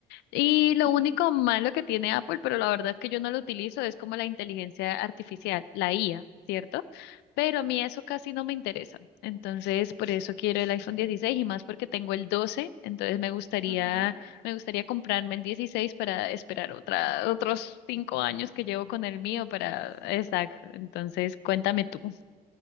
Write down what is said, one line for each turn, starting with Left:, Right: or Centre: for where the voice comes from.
Left: Y
Right: <laughs>
Left: lo único malo que tiene Apple, pero la verdad es que yo no lo utilizo, es como la inteligencia artificial, la IA, ¿cierto? Pero a mí eso casi no me interesa. Entonces, por eso quiero el iPhone 16 y más porque tengo el 12, entonces me gustaría,
Right: Ajá,
Left: me gustaría comprarme el 16 para esperar otra, otros cinco años que llevo con el mío
Right: e-
Left: para,
Right: esa.
Left: exacto. Entonces, cuéntame tú.